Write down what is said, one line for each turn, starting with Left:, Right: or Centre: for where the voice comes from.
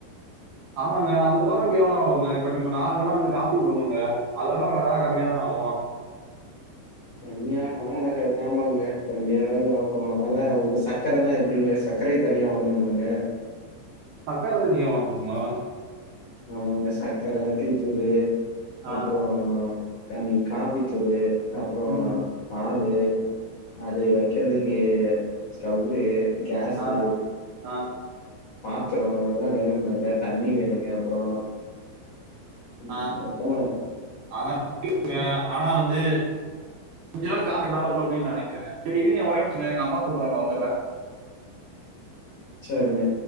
Right: ஆமாங்க அது போட்றக்கு எவ்ளோ ஆவுங்க இப்ப நம்ம நார்மலா வந்து காபி போட்னோங்க அதோட வெல கம்மியா தான ஆவோ
Left: கம்மியாகலா ஆகாதுங் ஆமாங்க கம்மியாதாங்க ஆகு ஆனா உங்க சக்கரல்லா எப்டிங்க சர்க்கரைய தனியா வாங்கணுமாங்க
Right: அக்கா தனியா வாங்குவாங்களா
Left: ஆமாங்க சாக்கர டீத்தூளு
Right: ஆ
Left: அப்றோ றோ கமி காபித்தூளு அப்றோ
Right: ம் ம்
Left: பாலு அது வெக்கறதுக்கு ஸ்டவு கேஸு
Right: ஆ ஆ
Left: பாத்துரோ இதெல்லா வேணு இல்லங்க தண்ணி வேணுங்க அப்பறோ ம்
Right: ஆ
Left: மொத்தமா
Right: ஆனா <inaudible> ஆனா வந்து கொஞ்ச நாள் கார் என்னால அப்டின்னு நா நெனைக்கிறங்க சேரி இருங்க ஒரே நிமிஷோங்க எங்க அம்மாக் கூப்புட்றங்க வந்துட்ற
Left: சேரிங்க